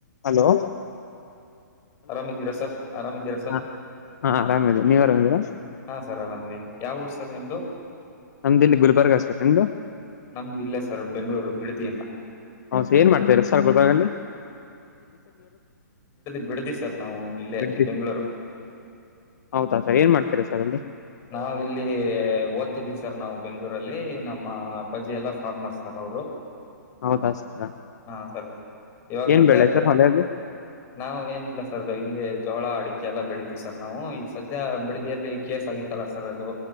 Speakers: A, on the left (about 60°); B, on the left (about 25°).
A: Hello
B: ಆರಾಮ ಇದೀರಾ sir ಆರಾಮ್ದೀರಾ ಸರ್
A: ಹ ಹಾ ಆರಾಮದಿವಿ ನೀವ್ ಆರಾಮಿದೀರಾ
B: ಹಾ ಸರ್ ಆರಾಮ ಇದೇನಿ ಯಾವ ಊರು ಸರ್ ನಿಮ್ಮದು
A: ನಮ್ಮದು ಇಲ್ಲಿ ಗುಲ್ಬರ್ಗ ಸರ್ ನಿಮ್ಮದು
B: ನಮ್ದು ಇಲ್ಲೇ ಸರ್ ಬೆಂಗ್ಗಳೂರು ಬಿಡದಿ ಅಂತ
A: ಹೌದ ಸರ್ ಏನ್ ಮಾಡ್ತಾ ಇದೀರಿ ಸರ್ ಗುಲ್ಬರ್ಗದಲ್ಲಿ
B: ಬಿಡದಿ ಸರ್ ನಾವ ಇಲ್ಲೇ
A: ಇರೋದು
B: ಬೆಂಗಳೂರು
A: ಹೌದಾ ಸರ್ ಏನ್ ಮಾಡ್ತೀರಾ ಸರ್ ಅಲ್ಲಿ
B: ನಾವು ಇಲ್ಲಿ ಓದ್ತಿದ್ವಿ ಸರ್ ನಾವು ಬೆಂಗ್ಳೂರಲ್ಲಿ ನಮ್ಮ ಅಪ್ಪಾಜಿ ಎಲ್ಲಾ ಫಾರ್ಮರ್ ಸರ್ ಅವರು
A: ಹೌದಾ ಸರ್
B: ಹಾ ಸರ್ <unintelligible>
A: ಏನ್ ಬೆಳೆ ಸರ್ ಹೊಲದಲ್ಲಿ
B: ನಾವು ಏನಿಲ್ಲ ಸರ್ ಹಿಂಗೆ ಜೋಳ ಅಡಿಕೆ ಎಲ್ಲ ಬೆಳತೇವಿ ಸರ್ ನಾವು ಈಗ ಸದ್ಯ ಬಿಡಿದಿಯಲ್ಲಿ ಕೇಸ್ ಆಗಿತ್ತಲ್ಲ ಸರ್ ಅದು